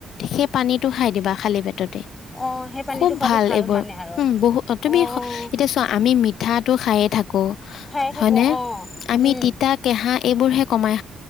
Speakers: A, on the left (about 65°); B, on the left (about 30°).
A: সেই পানীটো খাই দিবা খালী পেটতে
B: অ সেই পানীটো
A: খুব
B: খোৱাটো
A: ভাল এইবোৰ
B: মানে আৰু
A: উম, বহুত তুমি
B: অ
A: এতিয়া চোৱা আমি মিঠাটো খাই থাকো।
B: খাই থাকো
A: হয়নে
B: অ
A: আমি
B: উম
A: তিতা কেহা এইবোৰ হে কমাই।